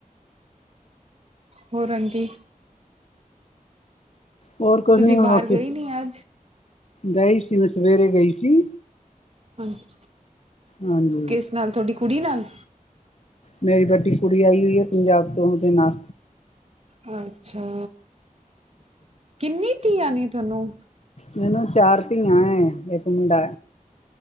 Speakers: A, on the right (about 45°); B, on the left (about 50°).
A: ਹੋਰ ਆਂਟੀ।
B: ਹੋਰ ਕੁਝ
A: ਤੁਸੀਂ
B: ਨੀ
A: ਬਾਹਰ
B: ਰੋਟੀ
A: ਗਏ ਨੀ ਅੱਜ।
B: ਗਈ ਸੀ ਉਹ ਸਵੇਰੇ ਗਈ ਸੀ।
A: ਹਾਂਜੀ।
B: ਹਾਂਜੀ
A: ਕਿਸ ਨਾਲ ਤੁਹਾਡੀ ਕੁੜੀ ਨਾਲ?
B: ਮੇਰੀ ਵੱਡੀ ਕੁੜੀ ਆਈ ਹੋਈ ਹੈ, ਪੰਜਾਬ ਤੋਂ ਉਹਦੇ ਨਾਲ।
A: ਅੱਛਾ, ਕਿੰਨੀ ਧੀਆਂ ਨੇ ਤੁਹਾਨੂੰ?
B: ਮੈਨੂੰ ਚਾਰ ਧੀਆਂ ਐ, ਇੱਕ ਮੁੰਡਾ।